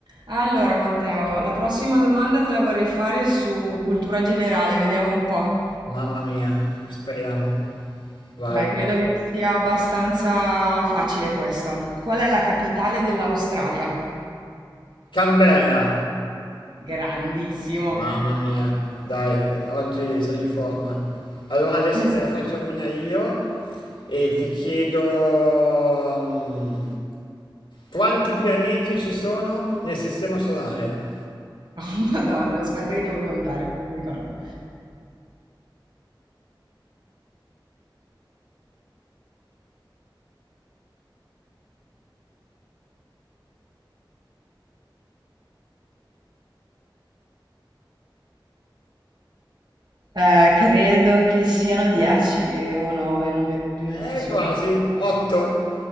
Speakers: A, on the right; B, on the left.
A: Allora, Matteo, la prossima domanda te la vorrei fare su cultura generale, vediamo un po'.
B: Mamma mia, speriamo. Vai.
A: Dai, credo che sia abbastanza facile questa. Qual è la capitale dell'Australia?
B: Canberra.
A: Grandissimo.
B: Mamma mia, dai, eh, oggi sono in forma. Allora adesso
A: Eh,
B: te
A: sì,
B: ne faccio una io e ti chiedo mm, quanti pianeti ci sono nel sistema solare?
A: <laughs> Madonna, aspetta che devo contare, non mi ricordo. Eh, credo che siano 10 o 9, non mi- non
B: Eh,
A: so.
B: quasi, 8.